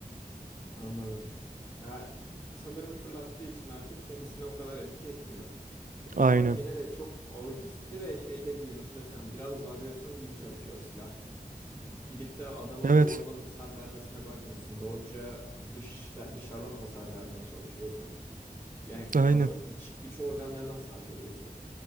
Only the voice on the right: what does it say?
Aynen.
Evet.
Aynen.